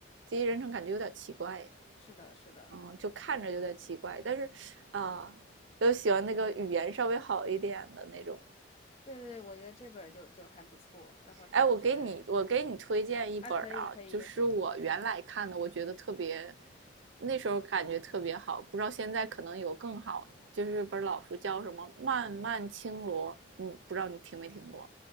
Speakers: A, on the right; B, on the left.
A: 第一人称感觉有点奇怪，
B: 是的，是的，
A: 嗯，就看着有点奇怪。但是，啊、呃又喜欢那个语言稍微好一点的那种，
B: 对对对，我觉得这本儿就就还不错。然后它是，
A: 哎，我给你，我给你推荐一本啊，
B: 啊，可以可以，
A: 就是我原来看的，我觉得特别，那时候感觉特别好，不知道现在可能有更好，就是本老书叫什么《漫漫青罗》，嗯，不知道你听没听过？